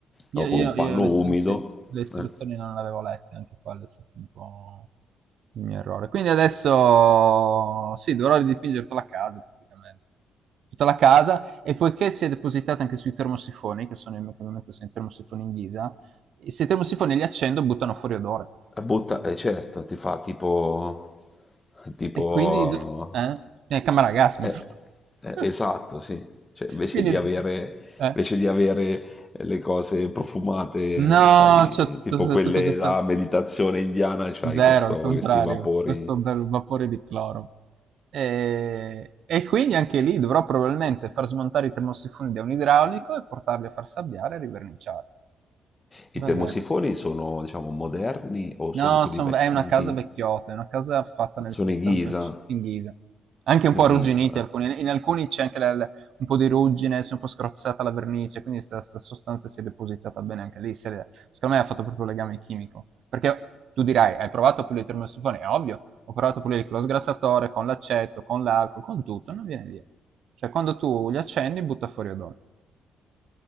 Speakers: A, on the right; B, on the left.
A: io,
B: no?
A: io-
B: Con un
A: io
B: panno
A: le,
B: umido.
A: sì, le istruzioni
B: eh.
A: non le avevo lette, anche quello è stato un po' il mio errore. Quindi adesso, sì, dovrò ridipingere tutta la casa praticamente. Tutta la casa, e poiché si è depositata anche sui termosifoni, che sono i che mi metto sui termosifoni in ghisa, e se i termosifoni li accendo buttano fuori odore.
B: A butta, eh, certo, ti fa tipo, tipo,
A: E quindi... do- Eh? Eh, Camera Gasmi.
B: eh, eh,
A: <laughs>
B: esatto, sì, cioè, invece
A: Quindi...
B: di avere,
A: eh,
B: invece di avere le cose profumate,
A: No,
B: sai,
A: c'è tutto,
B: tipo
A: c'è
B: quelle
A: tutto che sa-
B: la meditazione indiana, c'hai
A: Zero,
B: questo-
A: al contrario.
B: questi vapori.
A: Questo bel vapore di cloro. E, e quindi anche lì dovrò probabilmente far smontare i termosifoni da un idraulico e portarli a far sabbiare e riverniciare.
B: I
A: Bella-
B: termosifoni sono, diciamo, moderni o
A: No,
B: sono quelli
A: son-
B: vecchi
A: è una
B: in
A: casa
B: Ghi-
A: vecchiotta, è una casa fatta nel
B: Sono
A: 60
B: in ghisa,
A: in Ghisa. Anche un po'
B: in
A: arrugginite,
B: ghisa, eh.
A: alcune- in alcuni c'è anche la- la- un po' di ruggine, si è un po' scrozzata la vernice, quindi questa sostanza si è depositata bene anche lì. si è- secondo me ha fatto proprio legame chimico. Perché tu dirai, hai provato a pulire il termosifone? È ovvio, ho provato a pulire con lo sgrassatore, con l'aceto, con l'alcol, con tutto, non viene via. Cioè, quando tu li accendi, butta fuori odore.